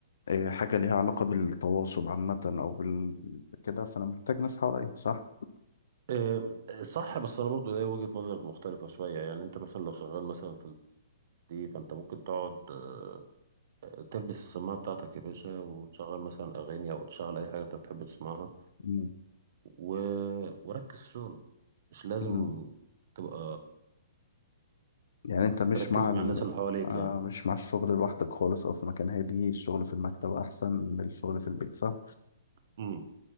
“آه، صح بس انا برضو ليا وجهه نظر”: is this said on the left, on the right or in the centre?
Right